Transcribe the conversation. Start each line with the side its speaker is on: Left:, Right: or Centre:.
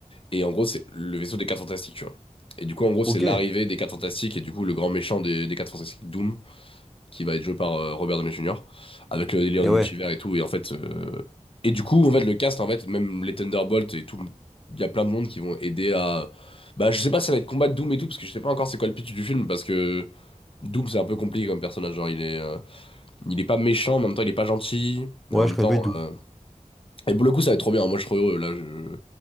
Left: Et en gros, c'est le vaisseau des quatre Fantastiques, tu vois. Et du coup, en gros,
Centre: ok.
Left: c'est l'arrivée des quatre Fantastiques. Et du coup, le grand méchant des, des 4 Fantastiques, Doom. qui va être joué par euh, Robert Downey Jr. avec le délire
Centre: Et
Left: de multivers
Centre: ouais,
Left: et tout. Et en fait, euh, et du coup, en fait, le cast, en fait, même les Thunderbolts et tout, il y a plein de monde qui vont aider à. Bah, je sais pas si ça va être combat de Doom et tout, parce que je sais pas encore c'est quoi le pitch du film, parce que Doom c'est un peu compliqué comme personnage. Genre, il est, euh, il est pas méchant, mais en même temps, il est pas gentil.
Centre: ouais,
Left: mais en même
Centre: je connais
Left: temps,
Centre: pas du tout.
Left: euh, et pour le coup, ça va être trop bien. Moi, je suis trop heureux. Là, je,